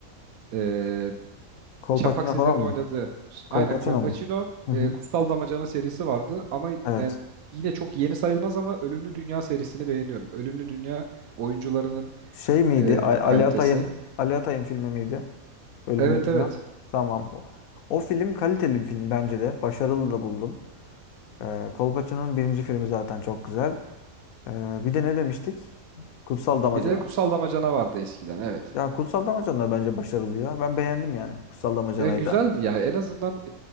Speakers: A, on the right; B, on the left.
A: E,
B: Kolpaçino
A: Şafak Sezer'in
B: falan mı?
A: oynadığı ş- aynen
B: Kolpaçino
A: Kolpaçino
B: mu? Hı
A: e,
B: hı.
A: Kutsal Damacana serisi vardı ama
B: Evet.
A: yani yine çok yeni sayılmaz ama Ölümlü Dünya serisini beğeniyorum. Ölümlü Dünya oyuncularının
B: Şey miydi?
A: e,
B: A-
A: kalitesi.
B: Ali Atay'ın Ali Atay'ın filmi miydi? Ölümlü
A: Evet
B: Dünya.
A: evet.
B: Tamam. O, o film kaliteli bir film bence de. Başarılı da buldum. Ee, Kolpaçino'nun birinci filmi zaten çok güzel. Ee, bir de ne demiştik? Kutsal Damacana.
A: Bir de Kutsal Damacana vardı eskiden evet.
B: Ya Kutsal Damacana da bence başarılı ya. Ben beğendim yani Kutsal Damacana'yı
A: Ya güzeldi
B: da.
A: ya en azından